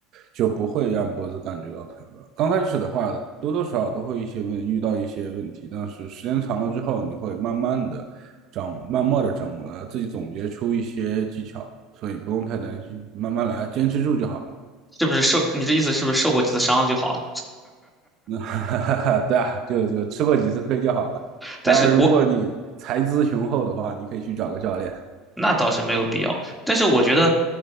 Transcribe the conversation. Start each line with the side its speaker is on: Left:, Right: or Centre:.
Right: 就不会让脖子感觉到疼了。刚开始的话，多多少少都会一些问遇到一些问题，但是时间长了之后，你会慢慢的掌慢慢的掌握了，自己总结出一些技巧，所以不用太担心，慢慢来，坚持住就好了。
Centre: 是不是受？你这意思是不是受过几次伤就好了？
Right: 那 <laughs> 对啊，就就吃过几次亏就好了。
Centre: 但是我
Right: 当然，如果你财资雄厚的话，你可以去找个教练。
Centre: 那倒是没有必要，但是我觉得，